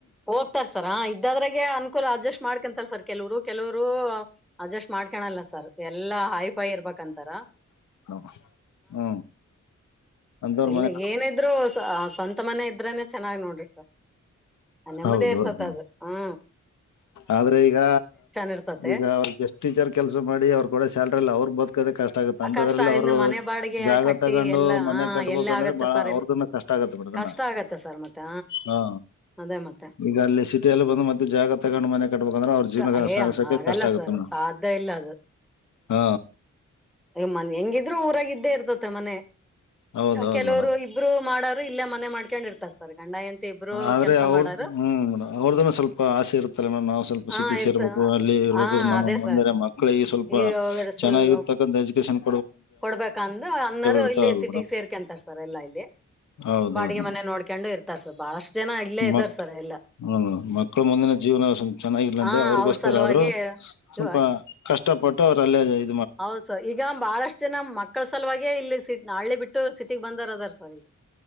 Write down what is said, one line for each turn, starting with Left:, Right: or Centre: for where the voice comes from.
Centre: ಹೋಗ್ತಾರ ಸರ ಇದ್ದಾದ್ರಾಗೆ ಅನುಕೂಲ ಅಡ್ಜಸ್ಟ್ ಮಾಡ್ಕೊಂತಾರ ಸರ್ ಕೆಲವರು ಕೆಲವರು. ಅಡ್ಜಸ್ಟ್ ಮಾಡ್ಕಣಲ್ಲ ಸರ್ ಎಲ್ಲಾ ಹೈಫೈ ಇರ್ಬೇಕಂತಾರ.
Left: ಹ್ಮ್. ಅಂತವ್ರ
Centre: ಇಲ್ಲಿ
Left: ಮನೆ
Centre: ಏನಿದ್ರು ಸ್ವಂತ ಮನೆ ಇದ್ರನೆ ಚೆನ್ನಾಗಿ್ ನೋಡ್ರಿ ಸರ್. ನೆಮ್ಮದೇ
Left: ಹೌದೌದು
Centre: ಇರ್ತತ್
Left: ಮೇಡಮ್
Centre: ಅದು ಹ್ಮ.
Left: ಆದ್ರೆ ಈಗ
Centre: ಇರ್ತತೆ
Left: ಈಗ ಅವ ಎಷ್ಟ್ ಟೀಚರ್ ಕೆಲ್ಸ ಮಾಡಿ ಅವ್ರ ಕೂಡ ಸ್ಯಾಲ್ರಿ ಇಲ್ಲ ಅವ್ರ ಬದುಕದೆ ಕಷ್ಟ. ಕಷ್ಟ ಆಗುತ್ತ
Centre: ಆ
Left: ಅಂತದ್ರಲ್ಲಿ
Centre: ಕಷ್ಟ
Left: ಅವ್ರು
Centre: ಇನ್ನು ಮನೆ ಬಾಡಿಗೆ
Left: ಜಾಗ
Centre: ಕಟ್ಟಿ
Left: ತಗೊಂಡು
Centre: ಎಲ್ಲ
Left: ಮನೆ
Centre: ಹಾ
Left: ಕಟ್ಬಬೇಕ
Centre: ಎಲ್ಲ
Left: ಅಂದ್ರೆ
Centre: ಆಗತ್ತೆ
Left: ಬಾಳ
Centre: ಸರ್
Left: ಅವ್ರದನ್ನ
Centre: ಇಲ್ಲಿ
Left: ಕಷ್ಟ ಆಗತ್ತೆೇಡಮ್
Centre: ಕಷ್ಟ ಆಗತ್ತೆ ಸರ್ ಮತ್ತೆ
Left: ಹಾ.
Centre: ಅದೇ ಮತ್ತೆ.
Left: ಈಗ ಅಲ್ಲಿ ಸಿಟಿಲ್ಲ ಬಂದು ಮತ್ತೆ ಜಾಗ ತಗೊಂಡು ಮನೆ ಕಟ್ಬಬೇಕಂದ್ರೆ ಅವ್ರ ಜೀವನಕ್ಕೆ
Centre: ಕ- ಏ
Left: ಸಹಸೋಕೆ
Centre: ಆಗಲ್ಲ
Left: ಕಷ್ಟ ಆಗುತ್ತೆ
Centre: ಸರ್
Left: ಮೇಡಮ.
Centre: ಸಾಧ್ಯ ಇಲ್ಲ ಅದು.
Left: ಹಾ.
Centre: ಮ್ಮ ಹೆಂಗಿದ್ರು ಊರಾಗಿದ್ದೇ ಇರ್ತತೆ ಮನೆ.
Left: ಹೌದೌದ್
Centre: ಕೆಲವರು ಇಬ್ರು ಮಾಡಾರರು ಇಲ್ಲೇ ಮನೆ ಮಾಡ್ಕೊಂಡ್ ಇರ್ತಾರ. ಸರ್ ಗಂಡ ಹೆಂಡತಿ ಇಬ್ರು
Left: ಆದ್ರೆ
Centre: ಕೆಲಸ
Left: ಅವ್ರ
Centre: ಮಾಡಾರು
Left: ಹ್ಮ್್ ಅವ್ರದನ್ನ ಸ್ವಲ್ಪ ಆಸೆ ಇರ್ತ್ತಲ್ಲ ಮೇಡಮ್ ನಾ್ ಸ್ವಲ್ಪ
Centre: ಹಾ
Left: ಸಿ್ಧಿ
Centre: ಇರ್ತ
Left: ಸೇರ್. ು ಅಲ್ಲಿ ಇರ್ಬೇಕು
Centre: ಹಾ
Left: ನಮ್ಮ
Centre: ಅದೇ
Left: ಮುಂದರೆ
Centre: ಸರ್
Left: ಮಕ್ಕಳಿಗೆ ಸ್ವಲ್ಪ
Centre: ಈಗ ಸ್ವಲ್ಪ
Left: ಚೆನ್ನಾಗಿರ್ತಕ್ಕಂಥ ಎಜುಕೇೇಶನ್.
Centre: ಕೊಡ್ಬೇಕಂದ ಅನ್ನರು
Left: ಇರ್ತಾವಲ್
Centre: ಇಲ್ಲಿ ಸಿಟಿ ಸೇರ್ಕ ಅಂತಾರ ಸರ್ ಎಲ್ಲಾ ಇಲ್ಲಿ.
Left: ಹೌದೌದ್
Centre: ಬಾಡಿಗೆ ಮನೆ ನೋಡ್ಕೊಂಡು ಇರ್ತಾರ ಸರ್ ಬಹಳಷ್ಟು ಜನ ಇಲ್ಲೇ ಇದ್ದಾರ್
Left: ಮಕ್
Centre: ಸರ್ ಎಲ್ಲಾ.
Left: ಹ್ಮ್ ಮಕ್ಕಳ ಮುಂದಿನ ಜೀವನ ಚೆನ್ನಾಗಿಲ್ಲಂತೆ
Centre: ಆ
Left: ಅವ್ರಿಗೋಸ್ಕರ
Centre: ಅವ್ರ ಸಲುವಾಗೆ
Left: ಆದ್ರರು ಸ್ವಲ್ಪ
Centre: ಇವ
Left: ಕಷ್ಟ. ಕಷ್ಟಪಟ್ಟು ಅವರಲ್ಲಿ ಇರ್ತಾರೆ.
Centre: ಹೌದ್ ಸರ್ ಈಗ ಬಹಳಷ್ಟ್ ಜನ ಮಕ್ಕಳ ಸಲುವಾಗೆ ಇಲ್ಲಿ ನಳೆ ಬಿಟ್ಟು ಸಿಟಿಗ್ ಬಂದಾರ ಅದಾರ ಸರ್ ಈಗ.